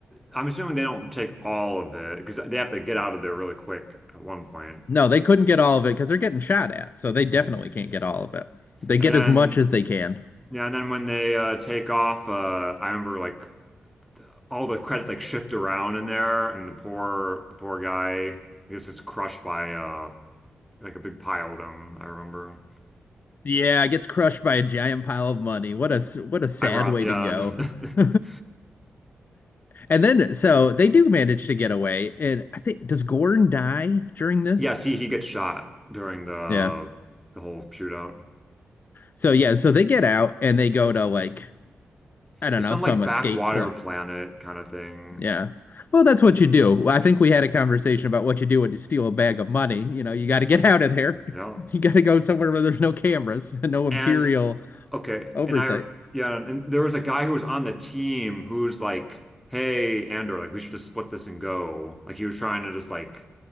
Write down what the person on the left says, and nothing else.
No, they couldn't get all of it because they're getting shot at, so they
definitely can't get all of it. They
get
as much as they can.
Yeah, it gets crushed by a giant pile of money. What a what a sad
way
to go. <laughs>
And then so they do manage to get away, and I think does Gordon die during this?
Yeah.
So yeah, so they get out and they go to like I don't
know,
some
escape
plan.
Yeah. Well, that's what you do. Well, I think we had a conversation about what you do when you steal a bag of money. You know, you got to get out of there.
<laughs> You got to go somewhere where there's no cameras <laughs> and no imperial
oversight.